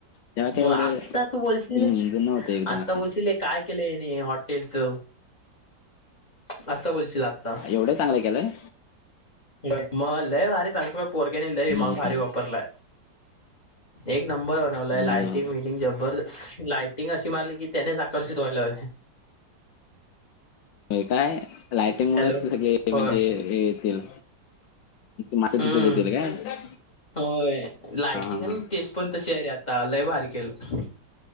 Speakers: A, on the left; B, on the left.
A: तेव्हा काय
B: मग
A: एवढं
B: आत्ता तू बोलशील
A: हम्म जुनं होतं एकदम
B: आत्ता
A: असं
B: बोलशील काय केलंने हॉटेलच असं बोलशील आता.
A: एवढे चांगले केलंय?
B: होय मग लयभारी सांगतो भाई, पोरक्याने लई
A: हम्म
B: मग भारी वापरलाय. एक नंबर बनवलाय लाटिंग
A: मग
B: बिटिंग जबरदस्त लायटिंग अशी मारली की त्यानेच आकर्षित व्हायला.
A: काय लायटिंग मुळेच
B: हॅलो
A: सगळे
B: होय
A: म्हणजे येतील. मासा
B: हम्म
A: तिथे जेवतील काय?
B: होय लायटिंग
A: हा हा
B: आणि टेस् पण तशी आहे रे आता. लय भारी केेलो.